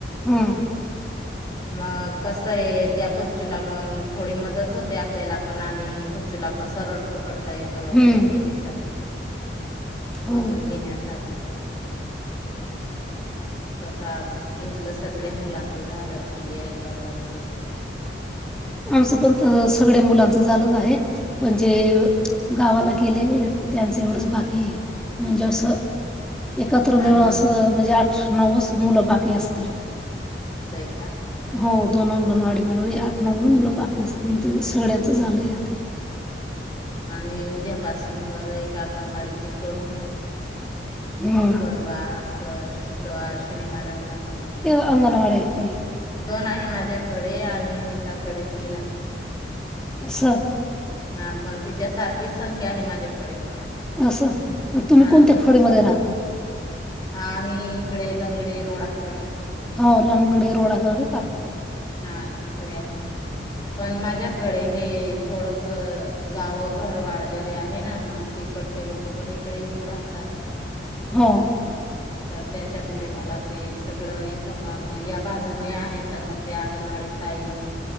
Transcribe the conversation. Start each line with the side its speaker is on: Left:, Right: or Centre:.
Centre: हम.
Left: मग कस आहे, त्या बच्चूला मग थोडी मदत होते. आपल्याला पण आणि तुला पण सरळ पकडता येत उंची
Centre: हम्म
Left: घेण्यासाठी,
Centre: हो
Left: वजन घेण्यासाठी पण. तसं आज घेतलंस. सगळ्या मुलांचं झालं क्लियर एक अंगणवाडीच.
Centre: आमचं पण तर सगळ्या मुलांचं झालंच आहे. पण जे गावाला गेलेले त्यांचं एवढंच बाकी आहे. म्हणजे असं, एकत्र मिळून
Left: आणि
Centre: असं म्हणजे आठ नऊच मुलं बाकी असतील.
Left: असंय का?
Centre: हो दोन अंगणवाडी मिळवून. म्हणून मुलं बाकी असते, मगं ते सगळ्यांचं झालंय आता.
Left: आणि उद्यापासून तर एक अंगणवाडीची करू मग
Centre: हम्म
Left: तवा असं शुक्रवार शनिवार राहियला का मग
Centre: आंगनवाड्या हायत हे
Left: दोन आहे माझ्याकडे आणि अनिताकडे तीन आहे
Centre: असं
Left: हा पण तिच्यासारखीच संख्या आहे माझ्याकडे पण
Centre: असं
Left: अच्छा.
Centre: तुम्ही
Left: हा
Centre: कोणत्या
Left: तीच
Centre: फडे मध्ये राहतात
Left: आम्ही इकडे लंगडी रोडाकडे
Centre: हो लंगडी रोडाकडे का?
Left: हा तिकडे आहे मी पण माझ्याकडे हे थोडस गावं घरं वाढलेले आहे ना मग तिकडचे लोक पण इकडे येऊन राहतात
Centre: हा
Left: तर त्याच्यामुळे मला ते सगळं इथं मग या बाजूने आहे तर मग ते अंगणवाडी ताईने